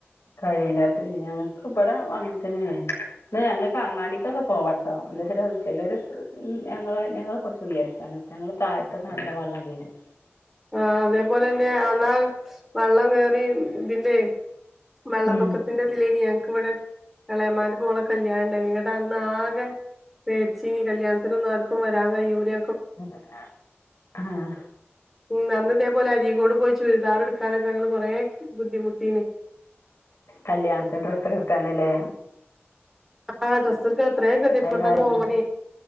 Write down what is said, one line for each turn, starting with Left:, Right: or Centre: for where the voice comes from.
Left: കഴിയില്ലാത്ത ഞങ്ങൾക്ക് ഇബടെ അങ്ങനെ തന്നേണ് പിന്നെ ഞങ്ങൾക്ക് അങ്ങാടി തൊക്കെ പോവട്ടോ എന്താചാല് ചിലർ ഞങ്ങൾ ഞങ്ങൾ കുറച്ച് ഉയര്ത്തി ത്താണ് ഞങ്ങള് താഴത്തെ നല്ലം വള്ളം കേറും
Centre: ആഹ് അതേപോലെ ന്നെ ആന്നാ വള്ളം കേറി ഇതിന്റെ വെള്ളപ്പൊക്കത്തിന്റെ
Left: ഉം
Centre: ഇതിലേനി ഞങ്ങൾക്ക് ഇവടെ എളേമാന്റെ മോളെ കല്യാണ ഉണ്ടായി എന്നട്ട് അന്നാകെ പേടിച്ചീനി കല്യാണതിനൊന്നും ആർക്കും വരാൻ കയ്യൂലെ
Left: <unintelligible> ആഹ്
Centre: ഉം അന്ന് ഇതേപോലെ അരീകോട് പോയി ചുരിദാറ്ഡ്ക്കാനൊക്കെ ഞങ്ങള് കുറേ ബുദ്ധിമുട്ടീന്
Left: കല്യാണത്തിന് ഡ്രസ്സൊക്കെട്ക്കാനല്ലേ
Centre: ആഹ് ഡ്രെസ്സിടക്കാൻ എത്രെ ഗതിയേട്ട് ഇവിടെനാണ്ട്
Left: കാരണം
Centre: പോവാനെ